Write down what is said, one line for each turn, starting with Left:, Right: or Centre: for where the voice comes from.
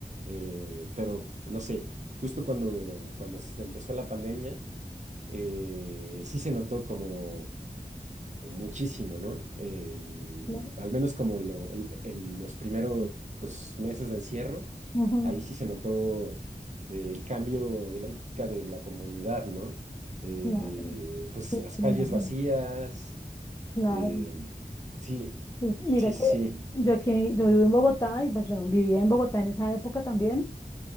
Right: Eh, pero no sé, justo cuando, cuando se empezó la pandemia. eh, sí se notó como muchísimo, ¿no? El-
Left: claro.
Right: al menos como lo- el- el- los primeros meses de encierro,
Left: ujú,
Right: ahí sí se notó eh, el cambio de lógica de la comunidad, ¿no? Eh,
Left: claro,
Right: pues
Left: sí,
Right: las calles
Left: me imagino,
Right: vacías,
Left: claro.
Right: eh, sí,
Left: Pues mira
Right: sí,
Left: que
Right: sí, sí,
Left: yo aquí, yo vivo en Bogotá y pues bueno, vivía en Bogotá en esa época también